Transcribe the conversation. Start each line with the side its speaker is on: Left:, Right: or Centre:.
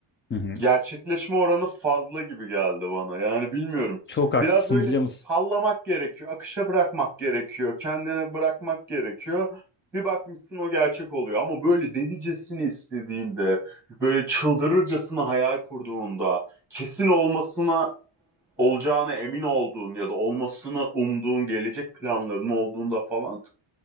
Left: Hı hı.
Centre: gerçekleşme oranı fazla gibi geldi bana. Yani bilmiyorum.
Left: Çok haklısın
Centre: Biraz böyle
Left: biliyor musun?
Centre: sallamak gerekiyor, akışa bırakmak gerekiyor, kendine bırakmak gerekiyor. Bir bakmışsın o gerçek oluyor ama böyle delicesini istediğinde, böyle çıldırırcasına hayal kurduğunda, kesin olmasına olacağına emin olduğun ya da olmasını umduğun gelecek planların olduğunda falan